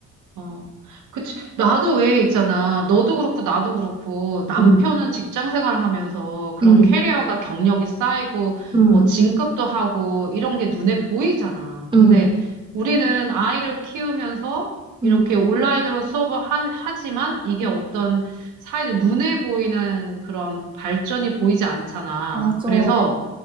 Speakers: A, on the right (about 80°); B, on the right (about 15°).
A: 어. 그치. 나도 왜 있잖아. 너도 그렇고, 나도 그렇고,
B: 응응응응응응
A: 남편은 직장 생활을 하면서 그런
B: 음,
A: 캐리어가 경력이 쌓이고,
B: 음,
A: 뭐, 진급도 하고, 이런 게 눈에 보이잖아. 근데
B: 음, 음,
A: 우리는 아이를 키우면서 이렇게
B: 음,
A: 온라인으로 수업을 하, 하지만 이게
B: 음.
A: 어떤 사회적 눈에 보이는 그런 발전이 보이지 않잖아.
B: 맞아
A: 그래서,